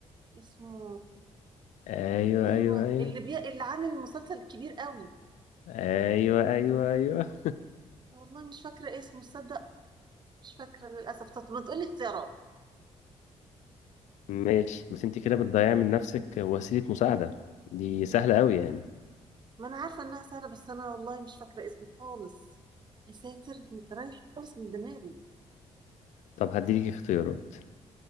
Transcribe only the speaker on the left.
ايوه
ايوه ايوه
ايوه ايوه ايوه <laughs>
ماشي بس انت كده بتضيعي من نفسك وسيلة مساعدة دي سهلة قوي يعني
طب هديلك اختيارات